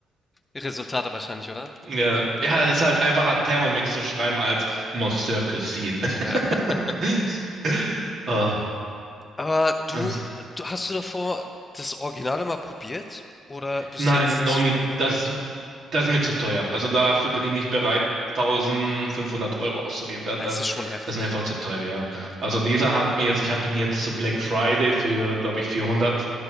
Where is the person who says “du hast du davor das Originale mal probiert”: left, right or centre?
Left